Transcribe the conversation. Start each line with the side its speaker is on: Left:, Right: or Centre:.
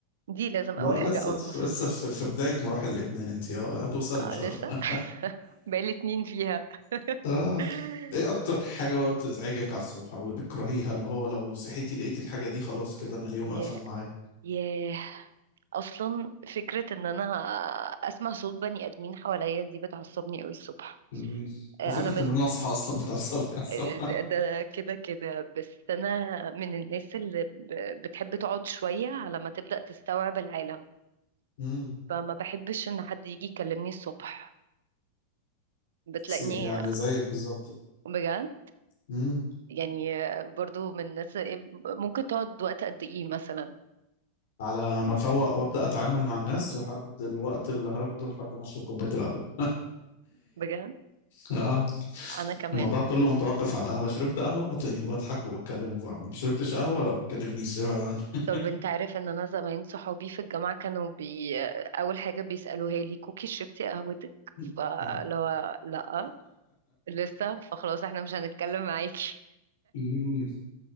Right: دي لازم
Left: لا
Right: أول حاجة
Left: لسه
Right: أول ما أصحى
Left: لسه في في بداية مراحل الادمان انت آه، هتوصلي
Right: آه
Left: ان شاء
Right: لسه
Left: الله
Right: <laughs> بقالي اتنين فيها
Left: <laughs> اه
Right: <laughs>
Left: ايه اكتر حاجة بقى بتزعجك على الصبح او بتكرهيها اللي هو لو صحيتي لقيتي الحاجة دي خلاص كده انا اليوم
Right: ياه
Left: قفل معايا
Right: ياه اصلا فكره ان انا اسمع صوت بني ادمين حواليا دي بتعصبني قوي الصبح
Left: مم.
Right: آه،
Left: وفكرة
Right: انا من
Left: ان انا اصحى اصلا بتعصبني عصب
Right: آه، ده كده كده بس انا من الناس اللي ب- بتحب تقعد شويه على ما تبدا تستوعب العالم
Left: امم
Right: فما بحبش ان حد يجي يكلمني الصبح بتلاقيني
Left: سي يعني زيك بالظبط
Right: بجد
Left: امم
Right: يعني برضو من الناس ممكن تقعد وقت قد ايه مثلا
Left: على ما افوق وابدا اتعامل مع الناس لحد الوقت اللي هاخده لحد ما اشرب كوبايه القهوه <laughs>
Right: بجد
Left: اه
Right: انا كمان
Left: الموضوع كله متوقف على القهوه شربت قهوه هتلاقيني بضحك وبتكلم وبعمل ما شربتش قهوه لا ما تكلمنيش ابعد عني
Right: طب انت عارف ان انا زمان صحابي في الجامعة كانوا بي... اول حاجة بيسألوها لي كوكي شربتي قهوتك
Left: <laughs>
Right: فلو
Left: آه.
Right: لا لسه فخلاص احنا مش هنتكلم معاكي
Left: مم.